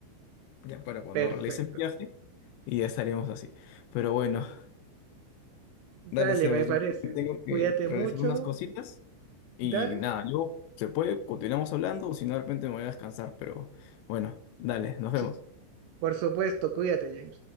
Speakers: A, on the left (about 80°); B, on the right (about 80°).
A: ya para cuando
B: Perfecto.
A: realice el viaje y ya estaremos así. Pero bueno,
B: Dale,
A: dale, Sebas.
B: me parece.
A: Yo tengo que
B: Cuídate
A: realizar
B: mucho.
A: unas cositas y
B: Dale.
A: nada, luego se puede, continuamos hablando o si no, de repente me voy a descansar. Pero bueno, dale, nos
B: Sí,
A: vemos.
B: por supuesto, cuídate, Jane.